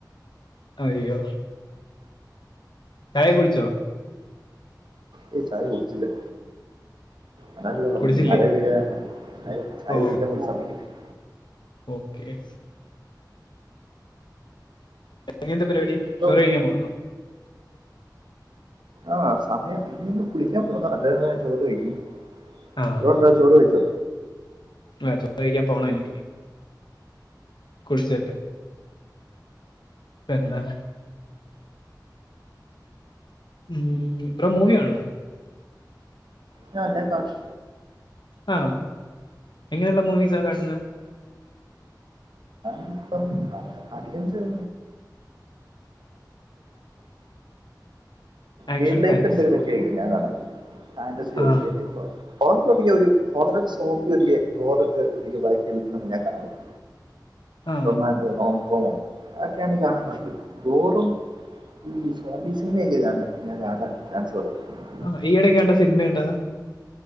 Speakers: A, on the left; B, on the right.
A: അയ്യോ. ചായ കുടിച്ചോ.
B: ഏയ് ചായ കുടിച്ചില്ലേ. അതാണല്ലോപറഞ്ഞ്
A: കുടിച്ചില്ലേ
B: മഴ പെയ്ത കാരണം ചായകുടിക്കാൻ
A: ഓ
B: പോലും സമയം കിട്ടില്ല.
A: ഓക്കെ.. ഇനിയെന്താ പരിപാടി
B: ഇപ്പം
A: ചോറ്‌ കഴിക്കാൻ പോകുന്നുണ്ടോ
B: ആഹ് സമയം ഇനിയിപ്പം കുളിക്കാൻ പോന്നാ അത് കഴിഞ്ഞാ ചോറ് കഴിക്കണം <inaudible>
A: ആ
B: ബ്രോ എന്താ ചോറ് കൈയിച്ചോ.
A: വേ ചോറ് കഴിക്കാൻ പോണേനിക്കിനി. കുളിചെട്ട്. പെന്ന. ഉം ബ്രോ മൂവി കാണുവോ
B: ഞ ഞാൻ നല്ലോം കാണും.
A: ആ എങ്ങനെയുള്ള മൂവിസാ കാണുന്നത്.
B: <unintelligible> ഫാന്റസിയോ
A: ആക്ഷൻ
B: റിയൽ ലൈഫ്
A: ഫാന്റസി
B: എന്തെങ്കിലും പറ്റി ആയികും ഞാൻ കാണൽ ഫാന്റസിയോ
A: ആ
B: റിയൽ ലൈഫോ.. ഓറ ഒ ഒരു ഹോണർ ഓഫ്‌ സോമ്പി ഒയികെ ഒ <unintelligible> ഒയികെ ബാക്കി എല്ലാം ഞാൻ കാണാറുണ്ട്
A: ആ
B: റൊമാൻ ന്റ് ഹോകോങ്ങും അതൊക്കെയാണെ കാണാൻ കൊഴപ്പമില്ല ഗോറും ഈ സോമ്പീസിന്റെ ഒക്കെ ഞാൻ കാണാൻ ഞാൻ ചാൻസ് കൊറവിണ്ട്
A: ആ ഈ എടെക്ക്‌ കണ്ട സിനിമ ഏതാ